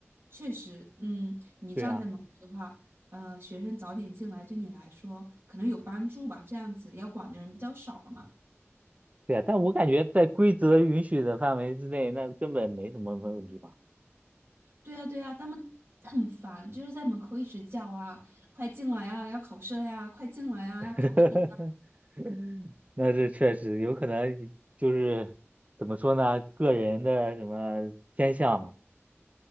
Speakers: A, on the right; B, on the right.
A: 确实，嗯，你站在门口的话，
B: 对呀，
A: 呃，学生早点进来对你来说可能有帮助吧，这样子要管的人比较少了嘛。
B: 对呀，但我感觉在规则允许的范围之内，那根本没什么问题吧。
A: 对呀对呀，他们 <sniffs> 很烦，就是在门口一直叫啊，快进来啊，要考试了呀，快进来啊，
B: <laughs>
A: 要考试。了呀。
B: <laughs> 那这确实有可能就是怎么说呢，个人的什么偏向嘛。